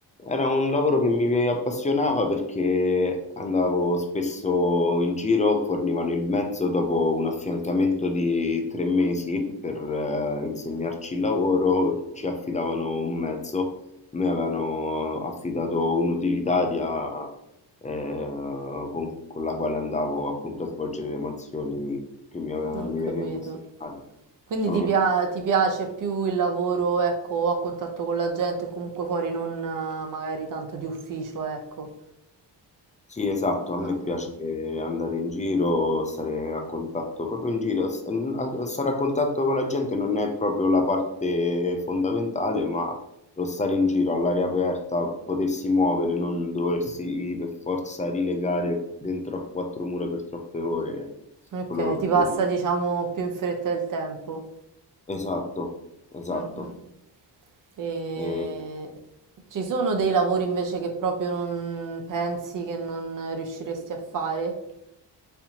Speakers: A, on the left (about 20°); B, on the right (about 45°).
A: Era un lavoro che mi appassionava perché andavo spesso in giro, fornivano il mezzo dopo un affiancamento di tre mesi per eh, insegnarci il lavoro, ci affidavano un mezzo a me avevano affidato un'utilitaria eh, con, con la quale andavo appunto a svolgere le mansioni che mi, aveva-
B: Ho
A: mi
B: capito.
A: venivano assegnate.
B: Quindi
A: Solo
B: ti,
A: che
B: pia- ti piace più il lavoro, ecco, a contatto con la gente o comunque fuori non eh, magari tanto di ufficio, ecco.
A: Sì, esatto, a
B: Ah,
A: me piace
B: ah.
A: eh, andare in giro, stare a contatto proprio in giro, S- n- a- stare a contatto con la gente non è proprio la parte fondamentale, ma lo stare in giro all'aria aperta, potersi muovere, non doversi per forza rilegare dentro a quattro mura per troppe ore,
B: ok,
A: quello lo
B: ti
A: preferisco.
B: passa diciamo più in fretta il tempo.
A: Esatto, esatto.
B: Mm, mm. E...
A: E,
B: Ci sono dei lavori invece che proprio non pensi che non riusciresti a fare?